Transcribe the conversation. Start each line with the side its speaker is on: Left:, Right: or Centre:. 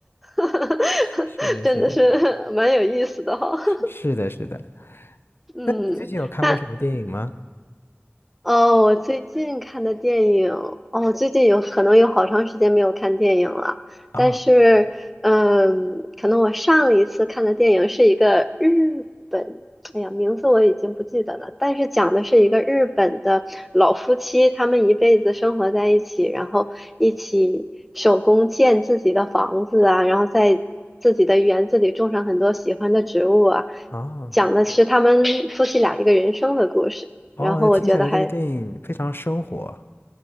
Centre: <laughs>
Left: <laughs> 是的，
Centre: 真的是蛮有意思的哈。
Left: 是的，
Centre: <laughs>
Left: 是是的，是的。
Centre: 嗯，
Left: 那你最近有看过什么电影吗？
Centre: 那哦，我最近看的电影，哦，我最近有可能有好长时间没有看电影了。
Left: 啊
Centre: 但是，嗯，可能我上一次看的电影是一个日本，哎呀，名字我已经不记得了。但是讲的是一个日本的老夫妻，他们一辈子生活在一起，然后一起手工建自己的房子啊，然后在自己的园子里种上很多喜欢的植物啊。
Left: 啊
Centre: 讲的是他们夫妻俩一个人生的故事。
Left: 哦，
Centre: 然后我觉得还
Left: 那听起来这个电影非常生活。